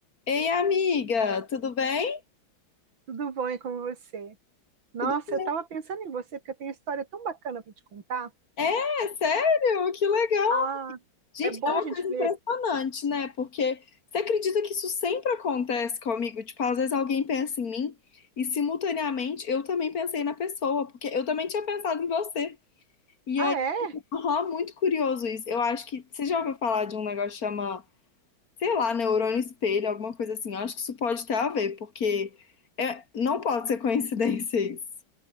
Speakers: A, on the left; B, on the right.
A: Ei, amiga, tudo bem?
B: Tudo bom e com você? Nossa,
A: Tudo bem?
B: eu tava pensando em você porque eu tenho uma história tão bacana para te contar.
A: É, sério? Que legal!
B: Ah,
A: Gente,
B: é bom
A: é uma
B: a gente
A: coisa
B: ver.
A: impressionante, né? Porque você acredita que isso sempre acontece comigo? Tipo, às vezes alguém pensa em mim e simultaneamente eu também pensei na pessoa, porque eu também tinha pensado em você. E
B: Ah,
A: aí, <laughs>
B: é?
A: aham, muito curioso isso. Eu acho que você já ouviu falar de um negócio que chama, sei lá, neurônio espelho, alguma coisa assim. Eu acho que isso pode ter a ver, porque é- não pode ser coincidência isso.